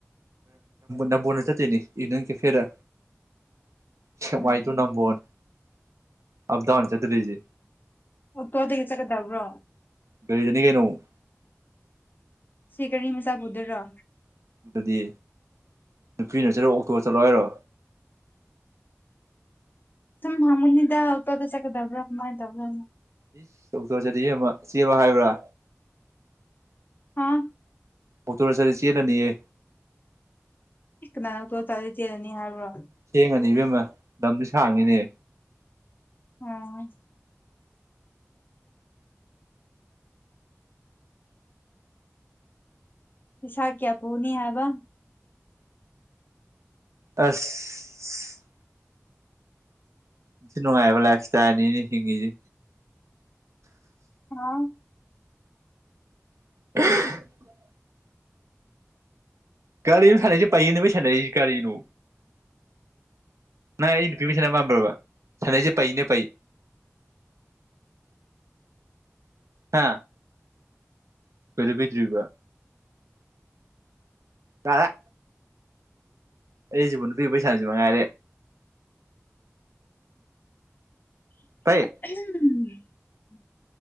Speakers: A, on the right; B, on the left.
A: ꯅꯝꯕꯣꯅ ꯆꯠꯇꯅꯤ ꯇꯨꯏꯅꯦ ꯏꯚꯤꯅꯤꯡ ꯀꯐꯦꯗ ꯁꯦꯛꯃꯥꯏ
B: ꯎꯝ
A: ꯇꯨ ꯅꯝꯕꯣꯟ ꯑꯕꯗꯥꯎꯟ ꯆꯠꯇꯔꯤꯖꯦ
B: ꯑꯣꯛꯇꯣꯗꯒꯤꯗꯒꯤ ꯆꯠꯀꯗꯕ꯭ꯔꯣ
A: ꯂꯤꯗꯅꯤ ꯀꯦꯅꯨ
B: ꯁꯤ ꯀꯔꯤ ꯃꯁꯥꯕꯨꯗ꯭ꯔꯣ
A: ꯑꯗꯨꯗꯤ ꯅꯨꯄꯤꯅ ꯆꯠꯂꯣ ꯑꯣꯛꯇꯣ ꯆꯠꯂꯣ ꯍꯥꯏꯔꯣ
B: ꯁ ꯃꯃꯨꯅꯤꯗ ꯇꯗ ꯆꯒ ꯗꯕ꯭ꯔ ꯃꯥ ꯗꯕꯔ
A: ꯏꯁ ꯆꯧꯊ ꯆꯗꯤ ꯆꯦꯕ ꯍꯥꯏꯕ꯭ꯔꯥ
B: ꯍꯥꯥ
A: ꯑꯣꯛꯇꯣ ꯔ ꯆꯠꯂ ꯆꯦꯜꯂꯅꯤꯌꯦ
B: ꯅꯪꯒ ꯇꯣ ꯇ ꯂꯩꯗꯦꯅꯤ ꯍꯥꯏ꯭ꯔꯣ
A: ꯊꯦꯡꯉꯅꯤ ꯏꯕꯦꯝ ꯑꯃ ꯂꯝꯁꯨ ꯁꯥꯡꯉꯤꯅꯦ
B: ꯑꯝ ꯄꯁꯥ ꯀꯌꯥ ꯄꯅꯤ ꯍꯥꯏꯕ
A: ꯑꯁ ꯏꯁꯨ ꯅꯨꯡꯉꯥꯏ ꯍꯥꯏꯕ ꯂꯐꯈꯤ ꯇꯅꯤꯅꯤ ꯍꯤꯡꯉꯤꯁꯤ
B: ꯑꯥ
A: <unintelligible> ꯒꯥꯔꯤꯅ ꯁꯥꯟꯅꯁꯦ ꯄꯥꯏꯌꯦꯅꯦꯕꯩ ꯁꯥꯟꯅꯁꯤ ꯒꯥꯔꯤꯅ ꯑꯩ ꯅꯨꯄꯤ ꯃ ꯁꯥꯟꯅꯕ ꯄꯝꯕ꯭ꯔꯔꯕ ꯁꯥꯟꯅꯁꯦ ꯄꯥꯏꯅꯦ ꯄꯥꯏ <unintelligible> ꯍꯥ ꯀꯕꯤꯗ꯭ꯕ ꯀꯔꯦ ꯑꯩꯁꯤꯕꯨ ꯅꯨꯄꯤ ꯄꯩꯁꯥꯁꯨ ꯃꯉꯥꯏꯔꯦ
B: ꯝ
A: ꯄꯩ